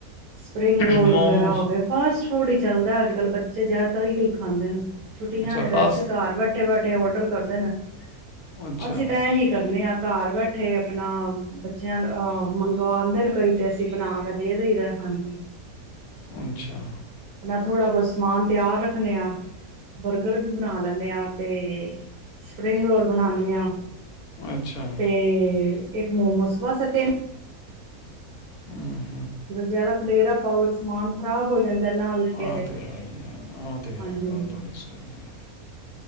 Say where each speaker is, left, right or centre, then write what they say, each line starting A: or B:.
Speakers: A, on the right (about 80°); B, on the left (about 80°).
A: ਸਪਰਿੰਗ ਰੋਲ
B: ਮੋਮੋਸ
A: ਵਗੈਰਾ ਹੋ ਗਏ, ਫਾਸਟ ਫੂਡ ਹੀ ਚੱਲਦਾ ਏ ਅੱਜ ਕੱਲ੍ਹ ਬੱਚੇ ਜ਼ਿਆਦਾਤਰ ਇਹੀ ਖਾਂਦੇ ਨੇ ਛੁੱਟੀਆਂ
B: ਅੱਛਾ
A: ਨੇ
B: ਫਾਸਟ
A: ਵੈਸੇ ਘਰ ਬੈਠੇ ਬੈਠੇ ਔਡਰ ਕਰਦੇ ਨੇ
B: ਨੇ ਅੱਛਾ
A: ਅਸੀਂ ਤਾਂ ਇਹੀ ਕਰਨੇ ਹਾਂ ਘਰ ਬੈਠੇ ਆਪਣਾ ਬੱਚਿਆਂ ਅ ਮੰਗਵਾਉਂਦੇ ਨੇ ਕਈ ਤੇ ਅਸੀਂ ਬਣਾ ਕੇ ਦੇ ਦੇਈਦਾ ਹਾਂਜੀ
B: ਅੱਛਾ
A: ਥੋੜਾ ਬਹੁਤ ਸਮਾਨ ਤਿਆਰ ਰੱਖਣੇ ਆਾ ਬਰਗਰ ਵੀ ਬਣਾ ਲੈਂਣੇ ਹਾਂ। ਤੇ ਸਪਰਿੰਗ ਰੋਲ ਬਣਾਣੇ ਹਾਂ। <unintelligible>
B: ਅੱਛਾ
A: ਤੇ ਇੱਕ ਮੋਮੋਸ ਬਸ ਅਤੇ
B: ਹਮ
A: ਜਿਆਦਾ ਖਲੇਰਾ ਪਾਵ ਸਮਾਨ ਖ਼ਰਾਬ ਹੋ ਜਾਂਦਾ ਨਾ, ਵਿਕੇ
B: ਆਹ
A: ਤੇ
B: ਹੈ ਹੀ ਹੈ ਆਹ ਤੇ ਹੈ
A: ਹਾਂਜੀ ਹਾਂਜੀ
B: ਗੱਲ ਤੁਹਾਡੀ ਸਹੀ ਹੈ